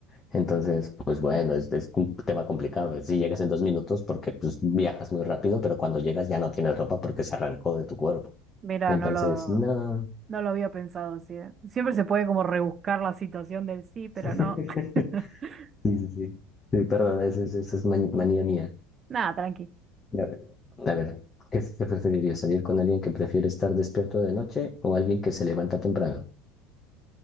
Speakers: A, on the left; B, on the right.
A: Entonces, pues bueno, es, es un tema complicado. Si llegas en dos minutos, porque pues viajas muy rápido, pero cuando llegas ya no tienes ropa porque se arrancó de tu cuerpo.
B: Mira,
A: Entonces,
B: no lo,
A: no.
B: no lo había pensado así. ¿eh? Siempre se puede como rebuscar la situación del sí, pero
A: <laughs>
B: no. <laughs>
A: Sí, sí, sí. Sí, perdón, esa es, esa es man- manía mía.
B: Nada, tranqui.
A: Ya. A ver, ¿qué, qué preferirías? ¿Salir con alguien que prefiere estar despierto de noche o alguien que se levanta temprano?